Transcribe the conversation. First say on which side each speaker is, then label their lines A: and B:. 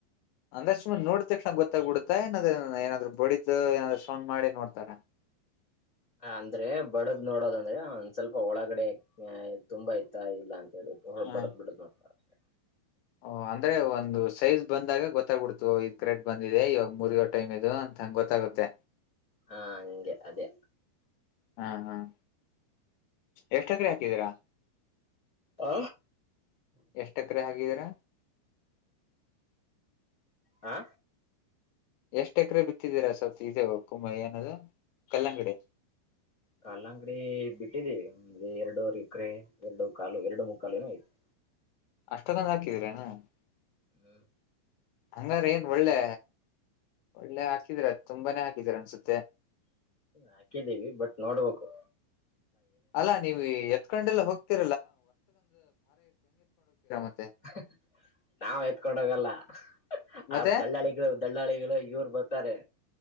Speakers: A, on the left (about 80°); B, on the left (about 25°).
A: ಅಂದ್ರೆ ಸುಮ್ನೆ ನೋಡಿತಕ್ಷಣ ಗೊತಾಬೀಡಾತ ಏನ್ ಅದ್ ಏನ್ ಆದ್ರೂ ಬಡಿತ ಏನ್ ಆದ್ರೂ ಸೌಂಡ್ ಮಾಡಿ ನೋಡ್ತಾರಾ
B: ಆ ಅಂದ್ರೆ ಬಡದ್ ನೋಡೋದ್ ಅಂದ್ರೆ ಸ್ವಲ್ಪ ಹೊಲಗಡೆ ತುಂಬಾ ಇತ್ತ ಇಲ್ಲ ಅಂಥ
A: ಹ
B: ಬಡದ್ ಬಿಡದ್ ನೋಡ್ತರ್ ಅಷ್ಟೇ
A: ಓ ಅಂದ್ರೆ ಒಂದು ಸೈಜ್ ಬಂದಾಗ ಗೋತಗಬಿಡತು ಈ ಥ್ರೆಡ್ ಈಗ ಮುರಿಯೋ ಟೈಮ್ ಇದು ಅಂತ ಗೋತಗುತೆ
B: ಹಾ ಹಂಗೆ ಅದೇ
A: ಹ್ಮ್ ಹ್ಮ್ ಎಷ್ಟ್ ಎಕ್ರೆ ಹಾಕಿದ್ದೀರಾ
B: ಆ
A: ಎಷ್ಟ್ ಎಕ್ರೆ ಹಾಕಿದ್ದೀರಾ
B: ಹಾ.
A: ಎಷ್ಟ್ ಎಕ್ರೆ ಬಿದ್ದಿದಿರಾ ಸರ್ ಇದುಏನದು ಕಲಂಗ್ಡಿ
B: ಕಲಂಗ್ರಿ ಬಿತ್ತಿದಿವಿ ಎರಡವರೆ ಎರಡು ಕಲ್ ಎರಡು ಮುಕ್ಕಾಲ್ ಏನೋ ಬಿತ್ತಿದಿವಿ
A: <unintelligible>
B: ಹ್ಮ್ಮ್.
A: ಹಂಗ ಆದ್ರೆ ಒಳ್ಳೆ ಒಳ್ಳೆ ಹಾಕಿದಿರಿ ತುಂಬಾನೆ ಹಾಕಿದಿರಿ ಅನ್ಸತ್ತೆ
B: ಹಾಕಿದೀವಿ ಬಟ್ ನೋಡ್ ಬೇಕು
A: ಅಲ್ಲಾ ನೀವ್ ಇಡ್ಕೊಂಡ್ ಒಗ್.. <inaudible>
B: ಹುಹಃ ನಾವು ಇತ್ಕೊಂಡು ಹೋಗಲ್ಲ ಹ್ಮ್ಮ್ಹ್ಹ್
A: ಮತ್ತೆ
B: ಅವ್ರು ದಲ್ಲಾಳಿಗಳು ದಲ್ಲಾಳಿಗಳು ಎತ್ಕೊಂಡ್ ಹೋಗ್ತಾರೆ